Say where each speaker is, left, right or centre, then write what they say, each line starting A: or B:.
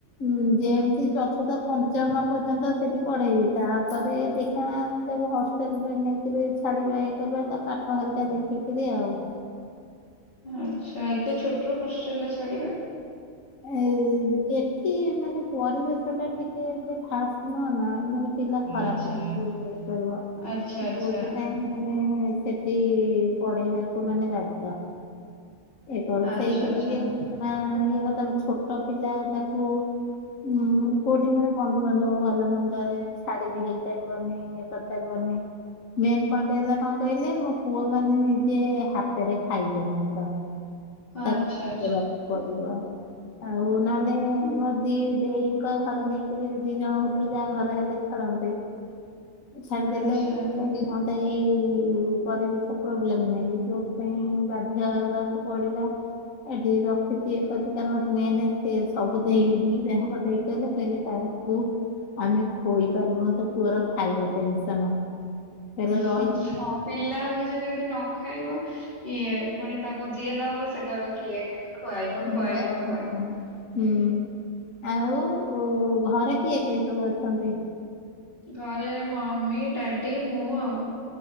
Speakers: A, on the left; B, on the left.
A: ହୁଁ ଯେମତି ଚତୁର୍ଥ ପଞ୍ଚମ ପର୍ଯ୍ୟନ୍ତ ସେଠି ପଢେଇବି ତା ପରେ ଦେଖଣା ତାକୁ ହଷ୍ଟେଲ ରେ ନେଇକିରି ଛାଡିବା ଇଏ କରିବା ତା ପାଠ ହରିକା ଦେଖିକିରି ଆଉ।
B: ଆଚ୍ଛା ଏତେ ଛୋଟରୁ ହଷ୍ଟେଲ ରେ ଛାଡିବେ?
A: ଏଁ ଏଠି ମାନେ ପରିବେଶ ଟା ଟିକେ ଏତେ ଖାସ ନୁହଁ ନା ମାନେ ପିଲା ଖରାପ
B: ଆଚ୍ଛା
A: ହେଇଛି କରିବ
B: ଆଚ୍ଛା ଆଚ୍ଛା।
A: ଯୋଉଥିପାଇଁ ମାନେ ସେ ଠି ପଢେଇବାକୁ ମାନେ ବାଧ୍ୟ। ଏକର
B: ଆଚ୍ଛା
A: ସେଇଥିିନାଗି
B: ଆଚ୍ଛା
A: ଏଇଖୁଣା ଇଏ କଣ ତାପରେ ଛୋଟ ପିଲା ତାକୁ ହୁଁ କୋଠି ମାନେ ବନ୍ଧୁବାନ୍ଧବ ଭଲମନ୍ଦରେ ଛାଡି ବି ହେଇ ପାରିବନି ଇଏ କରି ପାରିବନି। ମେନ୍ ପଏଣ୍ଟ ହେଲା କଣ କହିଲେ ମୋ ପୁଅ ମାନେ ନିଜେ ହାତରେ ଖାଇବ ନାହିଁ ତ
B: ଆଚ୍ଛା
A: ତାକୁ ଖୋଇ ଦେବାକୁ ପଡିବ ଆଉ ନହେଲେ ମ କି ଦେଇଙ୍କ ଘରେ ନେଇକିରି ଦି ଜଣଙ୍କ ଭିତରୁ ଯାହା ଘରେ ହେଲେ ଛାଡନ୍ତେ। ଛାଡ଼ି ଦେଲେ
B: ଆଚ୍ଛା ଆଚ୍ଛା
A: କଲେ ଇଏ ହୁନ୍ତା। ଏଇ ପରିବେଶ ପ୍ରୋବ୍ଲେମ ନାହିଁ କି ଯୋଉଥିପାଇଁ ବାଧ୍ୟ ହେବାକୁ ପଡିଲା। ଏଠି ରଖିଛି ଏ କରିଛି କାରଣ ମେନ୍‌ ସେ ସବୁ ଦେଇ ଦିଇଟା ଯାକ ଦେଇ କହିଲେ କହିଲେ ତାର ପୁଅ କୁ ଆମେ ଖୋଇପାରୁନୁ ତୋ ପୁଅର ଖାଇବା ଟେନସନ। କହିଲେ
B: ହଁ
A: ରହିଯିବୁ
B: ପିଲା ହଉଛେ ଯଦି ନ ଖାଇବ ଇଏ ପୁଣି ତାକୁ ଯିଏ ନବ ସେ କହିବ କେକ୍ ଖୁଆଇବ,
A: ମୁଁ
B: ଖୁଆଇବ,
A: ବା ହଁ।
B: ଖୁଆଇବ,
A: ହୁଁ ଆଉ ଘରେ କିଏ କିଏ ସବୁ ଅଛନ୍ତି।
B: ଘରେ ମମି ଡାଡି ମୁଁ ଆଉ